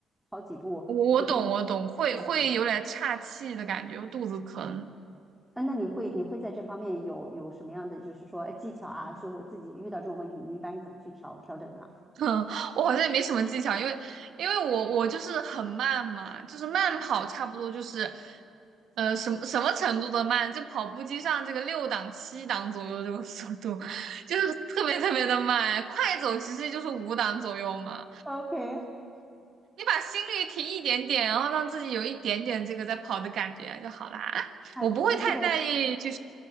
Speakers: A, in the centre; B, on the right (about 70°).
A: 跑几步我就整
B: 我我懂，我懂，会会有点岔气的感觉，
A: 呼吸了。
B: 肚子疼。
A: 啊，那你会你会在这方面有有什么样的，就是说哎技巧啊，说我自己遇到这种问题，你一般是怎么去调调整的
B: <laughs> 我好像也没什么技巧，因为因为我我就是很慢嘛，就是慢跑，差不多就是，呃，什么什么程度的慢，就跑步机上这个六档七档左右这种速度，<laughs> 就是特别特别的慢。快走其实就是五档左右嘛，
A: ？OK，
B: 你把心率提一点点，然后让自己有一点点这个在跑的感觉就好啦。
A: 那那这个
B: 我不会太在意去，